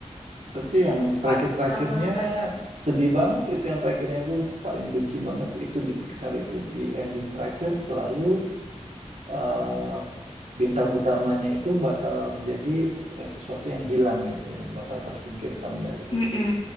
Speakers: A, on the right; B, on the left.
A: Tapi yang
B: Empat
A: terakhir-terakhirnya
B: sama kayak
A: sedih banget itu yang terakhirnya aku paling benci banget itu di Pixar itu. Di ending terakhir selalu eh, bintang utamanya itu bakal menjadi eh, sesuatu yang hilang gitu, yang bakal tersingkirkan dari
B: Mm-mm.